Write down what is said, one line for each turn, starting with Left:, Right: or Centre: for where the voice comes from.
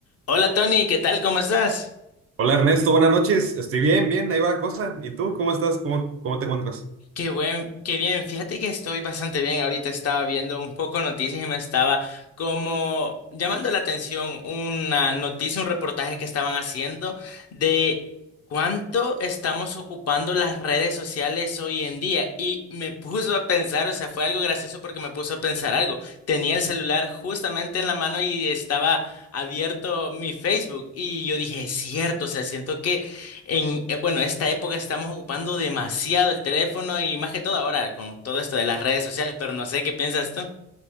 Left: Hola Tony, ¿qué tal? ¿Cómo estás?
Right: Hola Ernesto, buenas noches. Estoy bien, bien, ahí va la cosa. ¿Y tú cómo estás? ¿Cómo, cómo te encuentras?
Left: Qué buen, qué bien. Fíjate que estoy bastante bien. Ahorita estaba viendo un poco noticias y me estaba como llamando la atención una noticia, un reportaje que estaban haciendo de cuánto estamos ocupando las redes sociales hoy en día. Y me puso a pensar, o sea, fue algo gracioso porque me puso a pensar algo. Tenía el celular justamente en la mano y estaba abierto mi Facebook y yo dije, es cierto, o sea, siento que En, eh, bueno, esta época estamos ocupando demasiado el teléfono y más que todo ahora con todo esto de las redes sociales, pero no sé qué piensas tú.